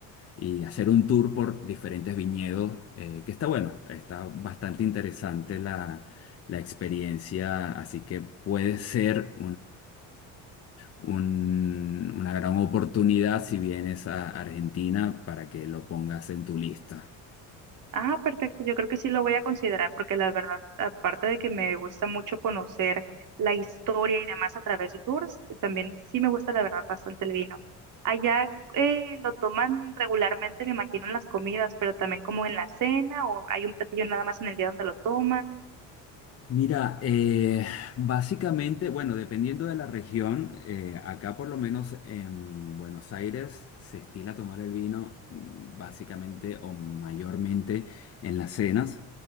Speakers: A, on the left; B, on the right.
A: y hacer un tour por diferentes viñedos, eh, que está bueno, está bastante interesante la, la experiencia, así que puede ser un- una gran oportunidad si vienes a Argentina para que lo pongas en tu lista.
B: Ah, perfecto. Yo creo que sí lo voy a considerar porque la verdad, aparte de que me gusta mucho conocer la historia y demás a través de tours, eh, también sí me gusta la verdad bastante el vino. Allá eh, lo toman regularmente, me imagino, en las comidas, pero también como en la cena o hay un platillo nada más en el día donde lo toman.
A: Mira, eh, básicamente, bueno, dependiendo de la región, eh, acá por lo menos en Buenos Aires se estila tomar el vino mm, básicamente o mayormente en las cenas,